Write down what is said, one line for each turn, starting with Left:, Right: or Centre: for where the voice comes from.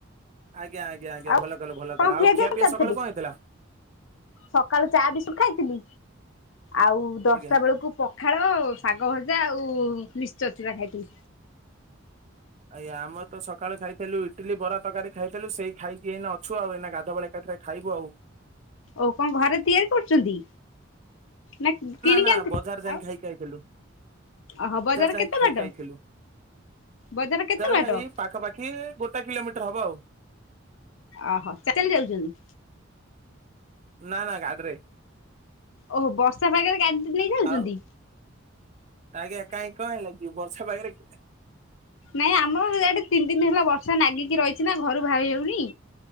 Right: ଆଜ୍ଞା ଆଜ୍ଞା ଆଜ୍ଞା
Left: ଆଉ
Right: ଭଲ କଲ ଭଲ
Left: କଣ
Right: କଲ ଆଉ ଖିଆ
Left: କରି
Right: ପିଆ
Left: ସାରିଥିଲି
Right: ସକାଳୁ କଣ ହେଇଥିଲା?
Left: ସକାଳୁ ଚା ବିସ୍କୁଟ ଖାଇଥିଲି ଆଉ ଦଶଟା
Right: ଆଜ୍ଞା।
Left: ବେଳକୁ ପଖାଳ, ଶାଗ ଭଜା, ଆଉ ମିଶ୍ଚର ଚୁରା ଖାଇଥିଲି
Right: ଆଜ୍ଞା ଆମର ତ ସକାଲେ ଖାଇଥିଲି ଇଟିଲି ବରା ତରକାରୀ ଖାଇଥିଲୁ ସେଇ ଖାଇକି ଏଇନା ଅଛୁ ଆଉ ଏଇନା ଗାଧୁଆ ବେଳେ ଏକାଥର ରେ ଖାଇବୁ ଆଉ।
Left: ଓହୋ କଣ ଘରେ ତିଆରି କରିଛନ୍ତି? ନା କିଣିକି
Right: ନା
Left: ଆନ୍ତୁ
Right: ବଜାର ଯାଇ
Left: ଆଉ
Right: ଖାଇକି ଆଇଥିଲୁ
Left: ଓହୋ ବଜାର
Right: ଯାଇ
Left: କେତେ
Right: ଖାଇକି
Left: ବାଟ
Right: ଆଇଥିଲୁ।
Left: ବଜାର କେତେ
Right: ବା
Left: ବାଟ
Right: ଏଇ ପାଖାପାଖି ଗୋଟେ କିଲୋମିଟର ହବ ଆଉ।
Left: ଆହ ଚିକେନ ଯାଉଚନ୍ତି?
Right: ନା ନା ଗାଡ଼ିରେ।
Left: ଓହୋ ବର୍ଷା ପାଗରେ ଗାଡି ନେଇକି ଯାଉଚନ୍ତି।
Right: ଆଉ ଆଜ୍ଞା କାଇଁ କଣ ହେଲା କି ବର୍ଷା ପାାଗରେ
Left: ନାଇଁ ଆମର ହିଆଡେ ତିନି ଦିନି ହେଲା ବର୍ଷା ନାଗିକି ରହିଛି ନା ଘରୁ ବାହାରି ହୋଉନି।